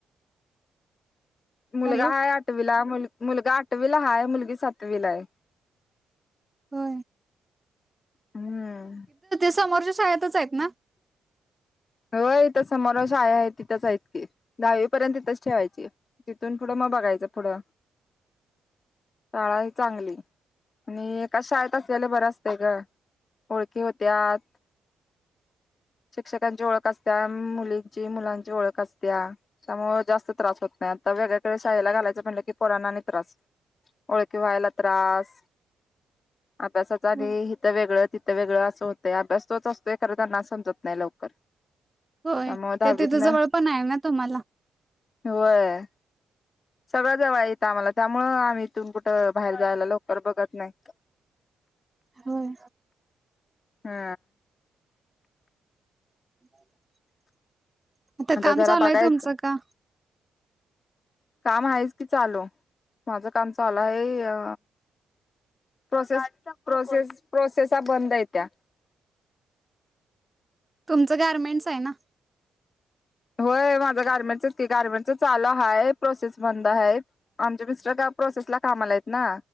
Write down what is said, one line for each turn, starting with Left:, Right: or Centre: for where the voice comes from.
Left: मुलगा
Right: हॅलो
Left: हाय आठवीला मुलगा आठवीला, हाय मुलगी सातवीला आहे.
Right: हो!
Left: हम्म
Right: समोरच्या शाळेतच आहेत ना?
Left: होय इथं समोर शाळा आहे तिथंच आहेत, ती दहावी पर्यंत तिथेच ठेवायची तिथून पुढं मग, बघायचं पुढं
Right: <inaudible>
Left: शाळा ही चांगली आणि एका शाळेत असलेलं बरं असतय ग! ओळखी होत्यात. शिक्षकांची ओळख असत्या मुलींची मुलांची ओळख अस त्या त्यामुळे जास्त त्रास होत नाही, आता वेगळीकडे शाळेला घालायचं म्हटलं की पोरांना आणि त्रास ओळखी व्हायला त्रास, अभ्यासाच आणि
Right: होय
Left: हिथं वेगळं तिथं वेगळं असं होतं अभ्यास तोच असतोय खरं त्यांना समजत नाही लवकर.
Right: होय,
Left: त्यामुळं दहावी
Right: ते तिथं
Left: तण
Right: जवळ पण आहे ना तुम्हाला
Left: होय. सगळं जवळ आहे इथं आम्हाला त्यामुळं आम्ही इथून कुठं बाहेर जायला लवकर बघत नाही.
Right: होय.
Left: हा
Right: <inaudible> आता काम
Left: जरा
Right: चालू
Left: बघायच
Right: आहे तुमचं का?
Left: काम आहेच की चालू माझं काम चालू आहे. अ प्रोसे प्रोसेस प्रोसेसा बंद य त्या्या.
Right: तुमचं गारमेंट आहे ना!
Left: होय माझा गार्मेंट गार्मेंट चालू हाय प्रोसेस बंद हाय आमच मिस्टर ग. प्रोसेस ला कामाला आहेत ना!